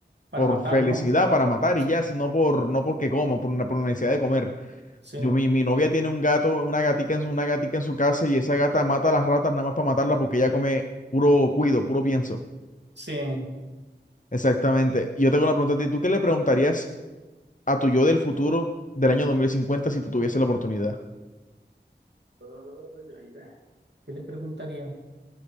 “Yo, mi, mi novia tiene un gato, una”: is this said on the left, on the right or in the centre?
Left